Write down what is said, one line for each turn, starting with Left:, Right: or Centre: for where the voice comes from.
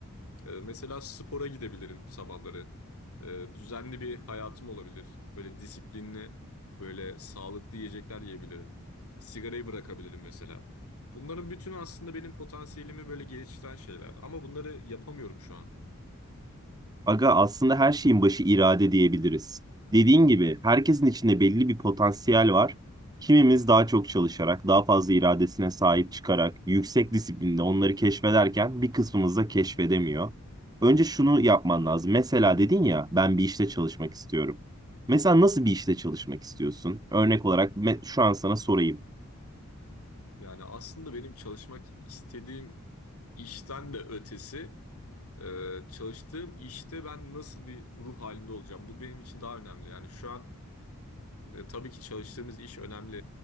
Left: Ee, mesela spora gidebilirim sabahları. Ee, düzenli bir hayatım olabilir. Böyle disiplinli, böyle sağlıklı yiyecekler yiyebilirim. Sigarayı bırakabilirim mesela. Bunların bütün aslında benim potansiyelimi böyle geliştiren şeyler. Ama bunları yapamıyorum şu an.
Right: Aga aslında her şeyin başı irade diyebiliriz. Dediğin gibi herkesin içinde belli bir potansiyel var. Kimimiz daha çok çalışarak, daha fazla iradesine sahip çıkarak, yüksek disiplinde onları keşfederken bir kısmımız da keşfedemiyor. Önce şunu yapman lazım. Mesela dedin ya ben bir işte çalışmak istiyorum. Mesela nasıl bir işte çalışmak istiyorsun? Örnek olarak me- şu an sana sorayım.
Left: Yani aslında benim çalışmak istediğim işten de ötesi Ee, çalıştığım işte ben nasıl bir ruh halinde olacağım? Bu benim için daha önemli. Yani şu an e, tabii ki çalıştığımız iş önemli